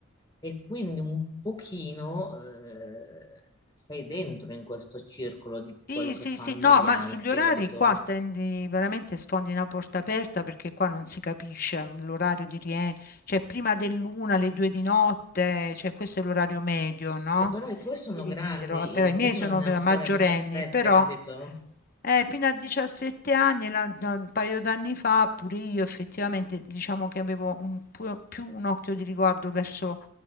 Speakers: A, on the left; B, on the left.
A: E quindi un pochino eh, sei dentro in questo circolo di quello
B: Sì,
A: che
B: sì,
A: fanno
B: sì, no,
A: gli
B: ma
A: altri,
B: sugli orari
A: capito?
B: qua stendi veramente sfondi una porta aperta perché qua non si capisce l'orario di rientro, cioè prima dell'una, alle due di notte, cioè questo è l'orario medio, no?
A: Eh, però i tuoi sono
B: Io
A: grandi,
B: li dirò, però
A: il
B: i miei
A: mio non
B: sono
A: è
B: maggiorenni,
A: ancora 17,
B: però
A: capito?
B: Eh, fino a 17 anni, la- no, un paio d'anni fa, pure io effettivamente diciamo che avevo un pu- più un occhio di riguardo verso